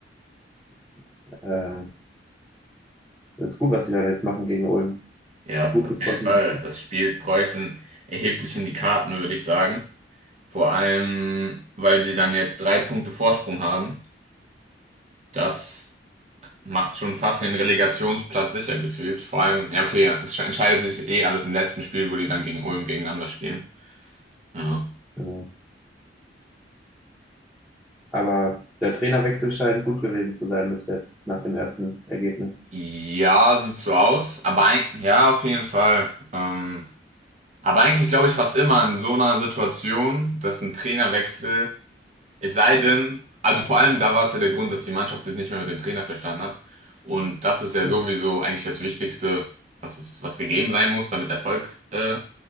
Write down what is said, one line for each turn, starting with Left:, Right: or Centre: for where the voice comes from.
Centre: das, äh, das ist gut, was die da jetzt machen gegen Ulm.
Right: Ja,
Centre: Gut
Right: auf
Centre: für Preußen
Right: jeden Fall.
Centre: Münster.
Right: Das spielt Preußen erheblich in die Karten, würde ich sagen. Vor allem, weil sie dann jetzt drei Punkte Vorsprung haben. Das macht schon fast den Relegationsplatz sicher gefühlt. Vor allem, ja, okay, es entscheidet sich eh alles im letzten Spiel, wo die dann gegen Ulm gegeneinander spielen. Ja.
Centre: Genau. Aber der Trainerwechsel scheint gut gewesen zu sein bis jetzt, nach dem ersten Ergebnis.
Right: Ja, sieht so aus. Aber ein, ja, auf jeden Fall. Ähm, aber eigentlich glaube ich fast immer in so einer Situation, dass ein Trainerwechsel, es sei denn, also vor allem da war es ja der Grund, dass die Mannschaft sich nicht mehr mit dem Trainer verstanden hat. Und das ist ja
Centre: Ja.
Right: sowieso eigentlich das Wichtigste, was es, was gegeben sein muss, damit Erfolg äh,